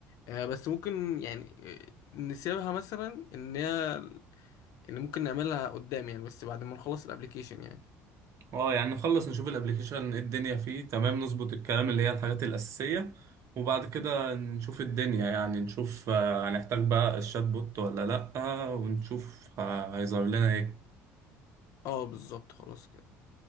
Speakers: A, on the left (about 65°); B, on the right (about 55°).
A: آه بس ممكن يعني آه، نسيبها مثلا ان هي ان ممكن نعملها قدام يعني بس بعد ما نخلص الابليكيشن يعني
B: اه يعني نخلص نشوف الابليكيشن ايه الدنيا فيه تمام نظبط الكلام اللي هي الحاجات الأساسية وبعد كده نشوف الدنيا يعني نشوف آه، هنحتاج بقى الشات بوت ولا لأ ونشوف آه، هيظهر لنا ايه
A: اه بالظبط خلاص كده